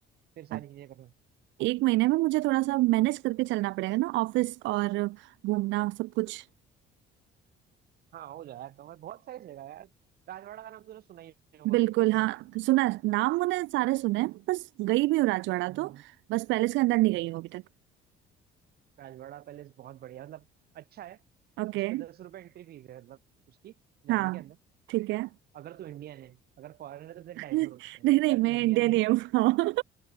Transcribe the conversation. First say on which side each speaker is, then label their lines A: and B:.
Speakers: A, on the right; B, on the right.
A: फिर सारी
B: अब
A: चीजें करना
B: एक महीने में मुझे थोड़ा सा मैनेज करके चलना पड़ेगा ना ऑफिस और घूमना सब कुछ
A: हाँ हो जाए तो मैं बहुत सारी जगह है यार राजवाड़ा का नाम तो तूने सुना ही होगा
B: बिल्कुल
A: नहीं सुना
B: हाँ सुना है। नाम मैंने सारे सुने हैं, बस गई भी हूँ राजवाड़ा
A: हम्म,
B: तो बस पैलेस के अंदर नहीं
A: हम्म।
B: गई हूँ अभी तक
A: राजवाड़ा पैलेस बहुत बढ़िया मतलब अच्छा है
B: ओके
A: उस पे दस रुपये एंट्री फीस है मतलब उसकी जाने
B: हाँ
A: के अंदर
B: ठीक है
A: अगर तू इंडियन है अगर फॉरेनर है तो फिर
B: <laughs>
A: ढाई
B: नहीं
A: सौ रुपये है क्या
B: नहीं मैं
A: तू इंडियन
B: इंडियन ही
A: है
B: हूँ <laughs> हाँ।